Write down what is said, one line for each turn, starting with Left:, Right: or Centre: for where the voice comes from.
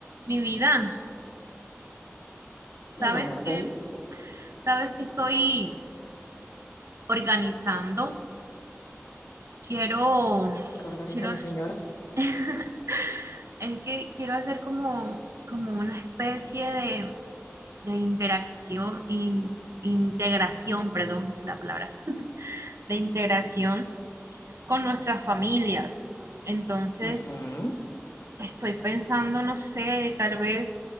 Right: Mi vida,
Left: Y
Right: ¿sabes
Left: mi amor
Right: qué?
Left: bello,
Right: ¿Sabes qué estoy organizando? Quiero,
Left: que organiza
Right: quiero,
Left: mi señora.
Right: <laughs> es que quiero hacer como, como una especie de, de interacción, in- integración, perdón, esa es la palabra, de integración con nuestras familias. Entonces,
Left: Ujú,
Right: estoy pensando, no sé, tal vez